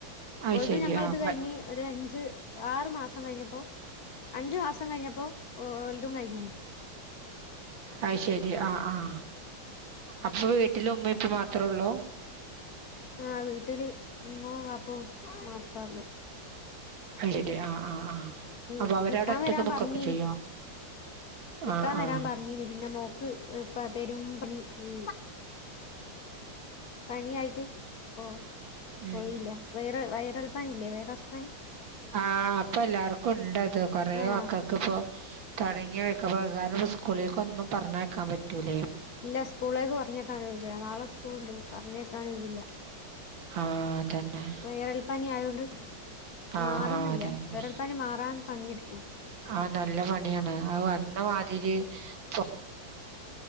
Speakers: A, on the right; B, on the left.
A: അത്
B: ഓളതും
A: ശരി
B: ഞങ്ങള്ത്
A: ആഹ്
B: കഴിഞ്ഞ് ഒരു അഞ്ച്- ആറ് മാസം കഴിഞ്ഞപ്പോ അഞ്ചു മാസം കഴിഞ്ഞപ്പോ ഒല്തും കഴിഞ്ഞ്ണു
A: അയ് ശരി ആഹ് ആഹ് അപ്പൊ വീട്ടില് ഉമ്മിം, ഉപ്പിം മാത്രൊള്ളൂ?
B: ആഹ് വീട്ടില് ഇമ്മോ വാപ്പോം മാത്രോള്ളൂ
A: <unintelligible> ആഹ് ആഹ് ആഹ്.
B: ഉം
A: അപ്പൊ അവരവിടെ
B: ന്ന്ക്കാം
A: ഒറ്റക്ക്
B: വരാം
A: നിക്കൊക്കെ
B: പർഞ്ഞീനി
A: ചെയ്യോ
B: ന്ന്ക്കാം
A: ആഹ്
B: വരാം
A: ആഹ്
B: പർഞ്ഞീനി. പിന്നെ മോക്ക് പെരും പനി ഈ പനി ആയിട്ട് പോ
A: ഉം
B: പോയില്ല
A: ഉം
B: വൈറ വൈറൽ പനി ഇല്ലേ വൈറസ് പനി.
A: ആഹ് ഇപ്പൊ എല്ലാർക്കും ഇണ്ടത് കൊറെ
B: ആഹ്
A: മക്കക്ക് ഇപ്പോ തൊടങ്ങി വെക്കപ്പാ കാരണം ഇപ്പൊ സ്കൂളിലക്ക് ഒന്നും പറഞ്ഞയക്കാൻ പറ്റൂലേ
B: ഇല്ല സ്കൂൾലേക്ക് പർഞ്ഞേക്കാന് ഒഴ് വില്ല നാളെ സ്കൂൾണ്ട് പർഞ്ഞേക്കാന് ഒയ് വില്ലാ.
A: ആഹ് അതന്നെ
B: വൈറൽപ്പനി ആയോണ്ട്
A: ആഹ്
B: മാറുന്നില്ല
A: ആഹ് അതെ അതെ
B: വൈറൽ പനി മാറാൻ പണിയെടുക്കോ?
A: ആഹ് നല്ല പണിയാണ് ആ വന്ന മാതിരി പോവാൻ